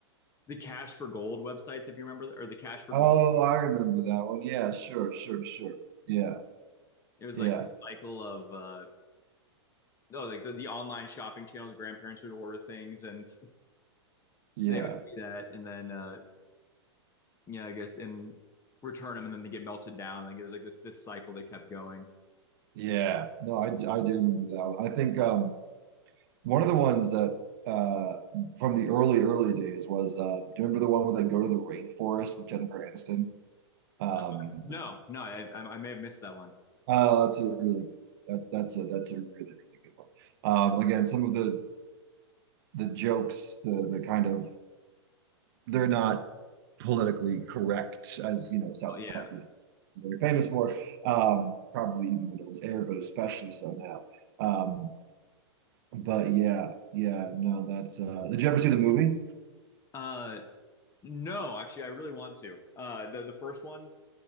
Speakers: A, on the left; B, on the right.
A: the Cash for Gold websites, if you remember, or the Cash for
B: Oh,
A: Gold.
B: I remember that one. Yeah, sure, sure, sure. Yeah,
A: It was
B: yeah,
A: like the cycle of uh, no, like the, the online shopping channels. Grandparents would order things and <laughs>
B: yeah,
A: they would do that, and then uh, yeah, I guess and return them, and then they get melted down. Like it was like this this cycle that kept going.
B: yeah. No, I, I do remember that one. I think um One of the ones that uh, from the early early days was uh, do you remember the one where they go to the rainforest with Jennifer Aniston? Um,
A: Uh, no, no, I, I I may have missed that one.
B: oh, that's a really good one. That's that's a that's a really really good one. Um, again, some of the the jokes, the the kind of they're not politically correct as you know South
A: Oh, yeah.
B: Park is very famous for, um, probably even when it was aired, but especially so now. Um, but yeah, yeah, no, that's uh, did you ever see the movie?
A: Uh, no, actually, I really want to. Uh, the the first one.